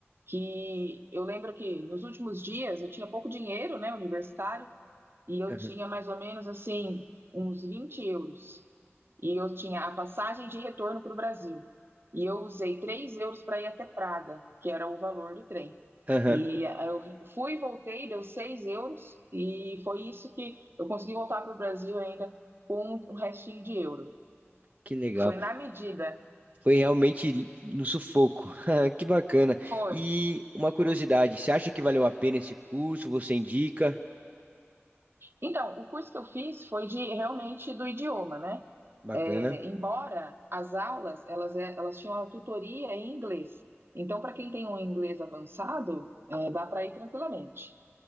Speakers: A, on the right (about 55°); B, on the right (about 30°).
A: que eu lembro que nos últimos dias eu tinha pouco dinheiro, né, universitário, e eu
B: Aham.
A: tinha mais ou menos assim uns 20 euros. E eu tinha a passagem de retorno para o Brasil. E eu usei 3 euros para ir até Praga, que era o valor do trem.
B: Aham.
A: E eu fui e voltei, deu 6 euros, e foi isso que eu consegui voltar para o Brasil ainda com um restinho de euro.
B: Que legal.
A: Foi na medida,
B: Foi realmente no sufoco. <laughs> Que bacana.
A: foi.
B: E uma curiosidade, você acha que valeu a pena esse curso? Você indica?
A: Então, o curso que eu fiz foi de realmente do idioma, né?
B: Bacana.
A: É, embora as aulas elas, é- elas tinham a tutoria em inglês. Então, para quem tem um inglês avançado, é, dá para ir tranquilamente.